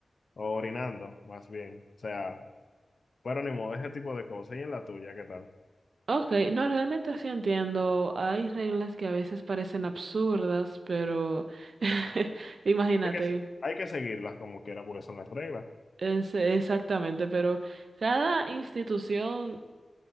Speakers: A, on the left; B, on the right.
A: o orinando, más bien. O sea, bueno, ni modo, ese tipo de cosas. Y en la tuya, ¿qué tal?
B: Ok, no, realmente sí entiendo. Hay reglas que a veces parecen absurdas, pero <laughs> imagínate.
A: Hay que, hay que seguirlas como quiera, porque son las reglas.
B: Es- exactamente, pero cada institución,